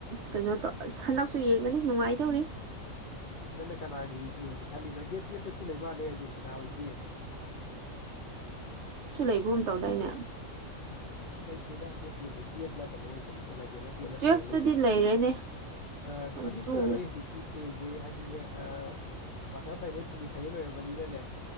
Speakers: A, on the right; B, on the left.
A: ꯀꯩꯅꯣ ꯇꯧ ꯑꯁ ꯍꯟꯗꯛꯁꯨ ꯌꯦꯡꯒꯅꯤ ꯅꯨꯡꯉꯥꯏꯗꯧꯔꯤ
B: ꯅꯪꯅ ꯀꯅꯥꯒꯤ ꯌꯦꯡꯒꯦ ꯈꯜꯂꯤ ꯅꯣ ꯗꯦꯠ ꯇꯦꯞꯇꯁꯨ ꯂꯩ ꯃꯥꯜꯂꯦ ꯑꯔꯖꯦꯟꯇꯤꯅꯥ ꯍꯣꯏꯒꯤ ꯑ
A: ꯩꯕꯨꯝ ꯇꯧꯗꯥꯏꯅ
B: ꯂꯩꯇꯦꯗ ꯗꯦꯠ ꯇꯦꯟꯗ ꯇꯨꯌꯦꯜꯞꯂ ꯀꯩꯅꯣ ꯑꯣꯏꯕꯅꯦ ꯑꯦꯂꯕꯦꯟꯗ ꯇꯨꯌꯦꯜꯞꯂ
A: ꯇꯨꯋꯦꯜꯐꯇꯗꯤ
B: ꯁꯨꯃꯥꯏꯅ ꯂꯩꯕꯅꯦ
A: ꯂꯩꯔꯦꯅꯦ
B: ꯑ
A: ꯑꯗꯨ
B: ꯑꯅꯤ ꯁꯨꯔꯔꯣꯏ ꯍꯧꯖꯤꯛꯇꯤ ꯄ꯭ꯂꯦꯖꯦ ꯍꯥꯏꯗꯤꯅꯦ ꯀ꯭ꯋꯥꯇꯔ ꯐꯥꯏꯅꯦꯜ ꯁꯦꯃꯤ ꯐꯥꯏꯅꯦꯜ ꯑꯣꯏꯔꯕꯅꯤꯅꯅꯦ